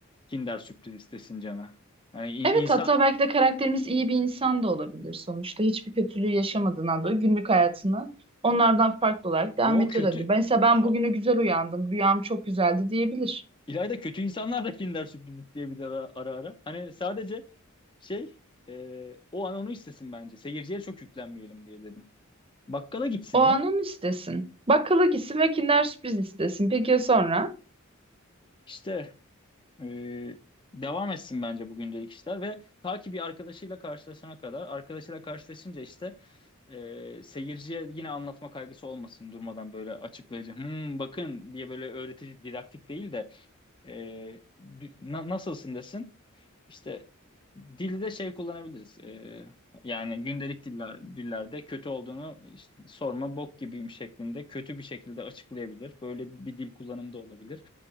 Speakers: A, on the left; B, on the right.
A: Kinder sürpriz istesin cana. Hani i-
B: Evet
A: insan
B: hatta belki de karakterimiz iyi bir insan da olabilir sonuçta. Hiçbir kötülüğü yaşamadığından dolayı günlük hayatını onlardan farklı olarak
A: yo
B: devam ediyor
A: kötü.
B: olabilir. Mesela ben
A: Aha.
B: bugünü güzel uyandım, rüyam çok güzeldi diyebilir.
A: İlayda kötü insanlar da Kinder sürpriz isteyebilir ara ara. ara. Hani sadece şey e, o an onu istesin bence. Seyirciye çok yüklenmeyelim diye dedim. Bakkala gitsin
B: O an
A: ya.
B: onu istesin. Bakkala gitsin ve Kinder Sürpriz istesin. Peki ya sonra?
A: İşte Ee, devam etsin bence bu gündelik işler ve ta ki bir arkadaşıyla karşılaşana kadar arkadaşıyla karşılaşınca işte e, seyirciye yine anlatma kaygısı olmasın durmadan böyle açıklayıcı "Hmm, bakın diye böyle öğretici didaktik değil de e, dü- na- nasılsın desin işte dilde şey kullanabiliriz. Ee, yani gündelik diller, dillerde kötü olduğunu işte sorma bok gibiyim şeklinde kötü bir şekilde açıklayabilir. Böyle bir dil kullanımı da olabilir.